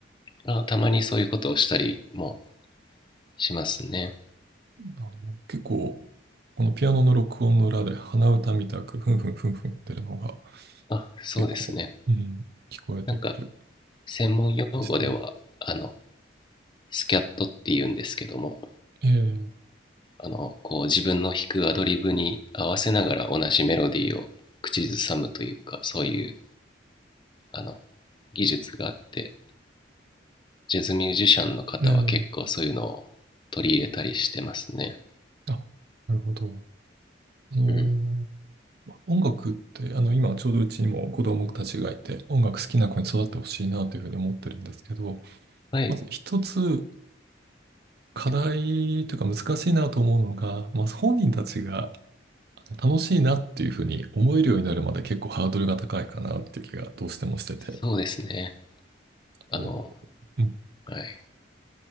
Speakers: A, on the left; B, on the right.
A: まあ、たまにそういうことをしたりもしますね。
B: あの、結構、このピアノの録音の裏で鼻歌みたく、ふんふんふんふん言ってるのが、
A: あ、そうですね。
B: 結構、うん、聞こえてくる
A: なんか、専門用語では、
B: 感じで。
A: あの、スキャットって言うんですけども、
B: ええ
A: あの、こう自分の弾くアドリブに合わせながら同じメロディーを口ずさむというか、そういう、あの、技術があって、ジャズミュージシャンの方は結構そういうのを取り入れたりしてますね。
B: ええあ、なるほど。あの
A: うん。
B: ーま音楽って、あの、今ちょうどうちにも子供たちがいて、音楽好きな子に育ってほしいなというふうに思ってるんですけど、
A: はい。
B: まず一つ課題というか難しいなと思うのが、まあ、本人たちが楽しいなっていうふうに思えるようになるまで結構ハードルが高いかなっていう気がどうしてもしてて、
A: そうですね。
B: あの、
A: あの、
B: うん、
A: はい。